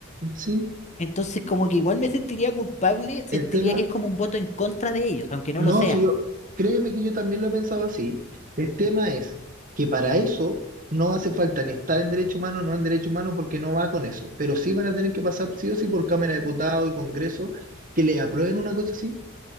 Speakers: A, on the right; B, on the left.
A: sí.
B: Entonces, como que igual me sentiría culpable, sentiría
A: El tema,
B: que es como un voto en contra de ellos, aunque no
A: No,
B: lo sea.
A: si yo, créeme que yo también lo he pensado así. El tema es que para eso no hace falta ni estar en derecho humano, no en derecho humano, porque no va con eso. Pero sí van a tener que pasar sí o sí por Cámara de Diputados y Congreso que le aprueben una cosa así.